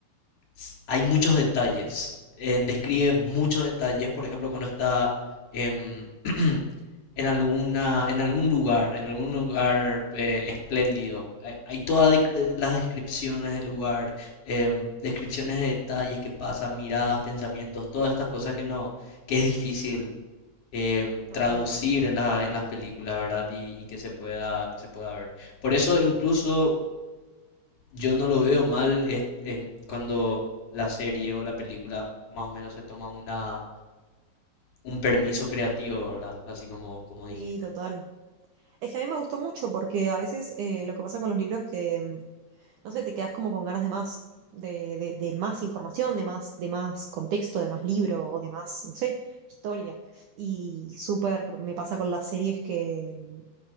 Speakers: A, on the left; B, on the right.
A: s- hay muchos detalles. eh, describe muchos detalles, por ejemplo, cuando está em, <clears throat> en alguna, en algún lugar, en algún lugar eh, espléndido. Hay, hay todas de- eh, las descripciones del lugar, em, descripciones de detalles que pasan, miradas, pensamientos, todas estas cosas que no, que es difícil em,
B: total.
A: traducir en la, en las películas, ¿verdad? Y, y que se pueda, que se pueda ver. Por eso incluso yo no lo veo mal es- en cuando la serie o la película más o menos se toma una, un permiso creativo, ¿verdad? Así como, como dijiste.
B: Sí, total. Es que a mí me gustó mucho porque a veces eh, lo que pasa con los libros que, mm, no sé, te quedas como con ganas de más, de, de, de más información, de más, de más contexto, de más libro o de más, no sé, historia. Y súper me pasa con las series que, mm,